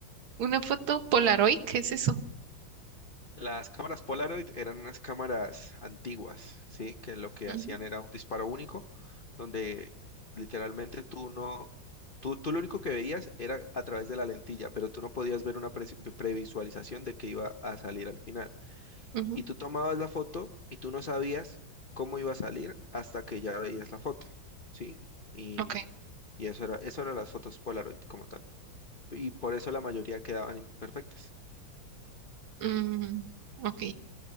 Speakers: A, on the right; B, on the left.
A: ¿Una foto Polaroid? ¿Qué es eso?
B: Las cámaras Polaroid eran unas cámaras antiguas, ¿sí? Que lo que
A: Ujú,
B: hacían era un disparo único, donde literalmente tú no, tú, tú lo único que veías era a través de la lentilla, pero tú no podías ver una pre- previsualización de qué iba a salir al final.
A: ujú,
B: y tú tomabas la foto y tú no sabías cómo iba a salir hasta que ya veías la foto, ¿sí? Y,
A: Ok.
B: y eso era, eso eran las fotos Polaroid como tal. Y por eso la mayoría quedaban imperfectas.
A: mm, ok.